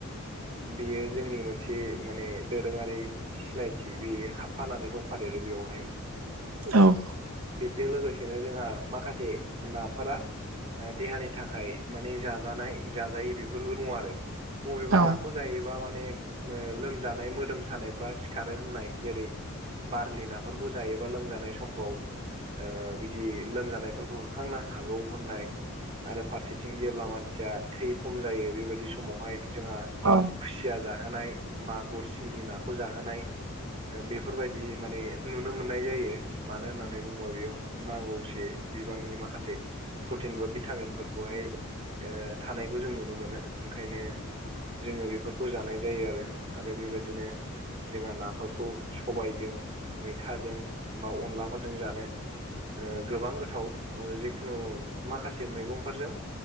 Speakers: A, on the right (about 25°); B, on the right (about 70°).
A: बियो जोंनि मोनसे माने दोरोङारि सिनायथि बे हाबफानानै दंफादेरो बेयावहाय
B: नंगौ
A: बेजों लोगोसेनो जोंहा माखासे नाफोरा देहानि थाखाय मानि जाजानाय जाजायि बेफोरबो दङ आरो। बबेबा
B: औ
A: नाखौ जायोबा माने लोमजानाय मोदोम सानायफ्रा सिखारो होननाय जेरै बारलि नाफोरखौ जायोबा लोमजानाय समफ्राव बिदि लोमजानायफोरखौ होखांनो हागौ होननाय आरो फारसेथिं जेब्ला मानसिया थै खम जायो बेबायदि समावहाय जोंहा
B: औ
A: खुसिया जाहोनाय मागुर सिंगि नाखौ जाहोनाय बेफोरबाय बायदि माने नुनो मोननाय जायो मानो होननानै बुङोबा बेयाव नांगौसे बिबांनि माखासे प्रटिन बा भिटामिनफोरखौहाय थानायखौ जों नुनो मोनो। ओंखायनो जोङो बेफोरखौ जानाय जायो आरो आरो बेबायदिनो जोंहा नाफोरखौ सबायजों। मैथाजों बा अनलाफोरजों जानो गोबां गोथाव जिखुनु माखासे मैगंफोरजों